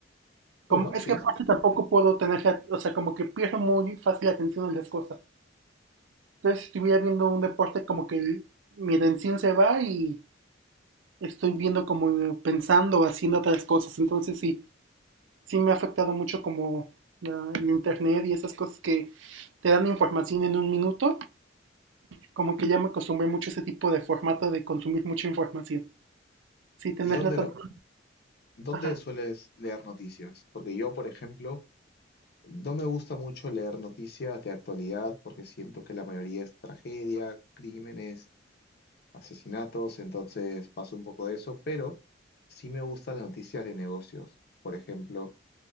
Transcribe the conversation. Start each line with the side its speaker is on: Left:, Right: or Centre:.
Left: Bueno,
Right: Como, es
Left: sí.
Right: que aparte
Left: sí, sí.
Right: tampoco puedo tener, la- o sea, como que pierdo muy fácil la atención en las cosas. Entonces, si estuviera viendo un deporte, como que el- mi atención se va y estoy viendo como pensando, haciendo otras cosas. Entonces, sí, sí me ha afectado mucho como la, el internet y esas cosas que te dan información en un minuto. Como que ya me acostumbré mucho a ese tipo de formato de consumir mucha información. Sí, tenerla
Left: ¿Y dónde,
Right: tanto.
Left: lo- dónde
Right: Ajá.
Left: sueles leer noticias? Porque yo, por ejemplo, no me gusta mucho leer noticias de actualidad porque siento que la mayoría es tragedia, crímenes, asesinatos, entonces paso un poco de eso, pero sí me gustan las noticias de negocios. Por ejemplo,